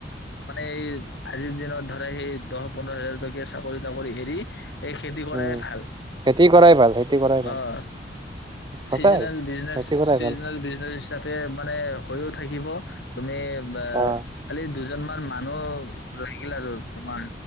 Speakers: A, on the left; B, on the right.
A: মানে এই আজিৰ দিনত ধৰা সেই দহ -পোন্ধৰ হাজাৰ টকীয়া চাকৰি- তাকৰি এৰি এই খেতি কৰাই
B: উম
A: ভাল,
B: খেতি কৰাই ভাল খেতি কৰাই ভাল
A: অ',
B: সঁচাই
A: চিজ'নেল -,
B: খেতি কৰাই
A: চিজ'নেল
B: ভাল
A: -বিজনেচ হিচাপে মানে হৈও, থাকিব। তুমি। বা
B: অ
A: খালি দুজন, কেইজনমান মানুহ লাগিল আৰু তোমাৰ,